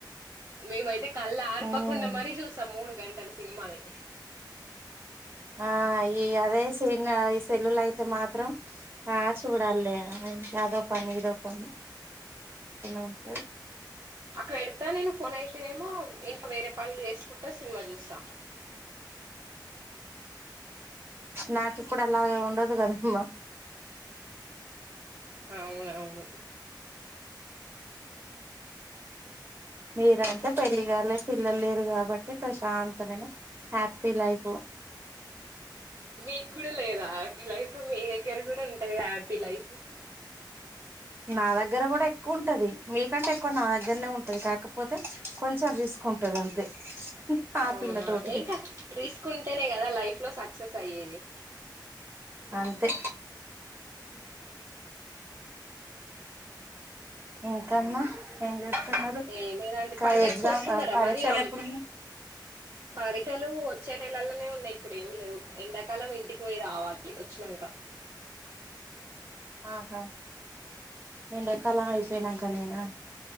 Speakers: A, on the right; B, on the right.
A: మేమైతే కళ్ళు ఆర్పకుండా
B: ఉమ్
A: మరీ చూసాం మూడు గంటలు సినిమాని
B: ఆ ఈ అదే సినిమా ఈ సెల్లుల అయితే మాత్రం ఆ చూడాలి అదో పని ఇదో పని అంతే
A: అక్కడ ఎడతా నేను ఫోన్ అయితేనేమో ఇంకా వేరే పనులు చేసుకుంటా సినిమా చూస్తా
B: నాకిప్పుడు అలాగ ఉండదు కదమ్మా
A: అవునవును
B: మీరంటే పెళ్లి కాలే పిల్లలు లేరు కాబట్టి ప్రశాంతమైన హ్యాపీ లైఫ్
A: మీక్కుడ లేదా హ్యాపీ లైఫ్ మీ దగ్గర కూడా ఉంటుది హ్యాపీ లైఫ్
B: నా దగ్గర కూడా ఎక్కువ ఉంటది మీకంటే ఎక్కువ నా దగ్గరనే ఉంటది కాకపోతే కొంచెం రిస్క్ ఉంటది అంతే ఆ
A: అవునా
B: పిల్ల తోటి
A: ఏంకాద్ రిస్క్ ఉంటేనే కదా లైఫ్ ట్లో సక్సెస్ అయ్యేది
B: అంతే ఇంకమ్మా చేస్తున్నారు
A: ఏమేనండి
B: ఇంకా
A: పండక్కు
B: ఎగ్జామ్
A: వస్తున్నరా
B: పరీక్షలు
A: మరి అం
B: ఎప్పుడు
A: పరిటలు వచ్చే నెలల్లోనే ఉన్నాయి ఇప్పుడు ఏం లేవు ఎండాకాలం ఇంటికి పోయి రావాలి వచ్చినంక
B: ఆహా ఎండకాలం అయిపోయినంక నేనా